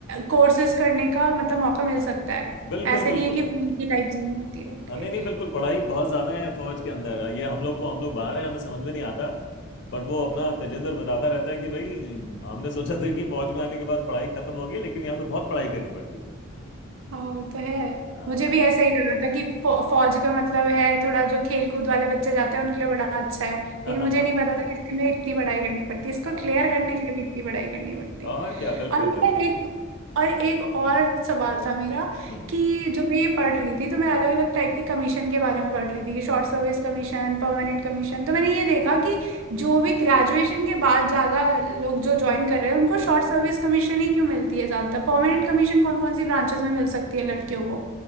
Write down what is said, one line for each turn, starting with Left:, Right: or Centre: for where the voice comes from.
Right: कोर्सेज करने का मतलब मौका मिल सकता है
Left: बिल्कुल
Right: ऐसे
Left: बिल्कुल
Right: नहीं है कि वहीं की लाइफ जीनी होती है ओके
Left: हाँ, नहीं नहीं बिल्कुल पढ़ाई बहुत ज्यादा है फौज के अंदर ये हम लोग को हम लोग बाहर हैं हमें समझ में नहीं आता बट वो अपना तेजेंद्र बताता रहता है कि भाई हमने सोचा था कि फौज में आने के बाद पढ़ाई खत्म होगी लेकिन यहाँ तो बहुत पढ़ाई करनी पड़ती है
Right: हाँ वो तो है
Left: हाँ
Right: मुझे भी ऐसा ही लगा था कि फौ, फौज का मतलब है थोड़ा जो खेल कूद वाले बच्चे जाते हैं उनके लिए बड़ा अच्छा है लेकिन
Left: <laughs>
Right: मुझे नहीं पता था कि इसमें इतनी पढ़ाई करनी पड़ती है इसको
Left: हाँ
Right: क्लियर करने के लिए भी इतनी पढ़ाई करनी पड़ती है
Left: और क्या बिल्कुल
Right: और मेरा
Left: बिल्कुल
Right: एक और एक और सवाल था मेरा
Left: हम्म
Right: कि जो मैं ये पढ़ रही थी तो मैं अलग अलग टाइप की कमीशन के बारे में पढ़ रही थी कि short service commission permanent commission तो मैंने ये देखा कि जो भी ग्रेजुएशन के बाद ज़्यादा लोग जो ज्वाइन कर रहे हैं उनको शॉर्ट सर्विस कमीशन ही क्यों मिलती है ज़्यादातर परमानेंट कमीशन कौन कौन सी ब्रांचेस में मिल सकती है लड़कियों को